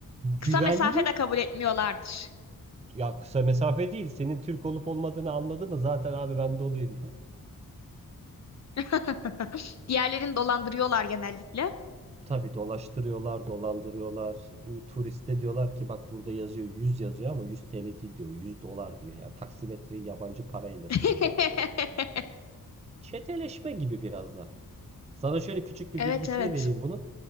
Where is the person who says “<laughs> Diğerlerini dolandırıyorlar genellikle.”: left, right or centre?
Left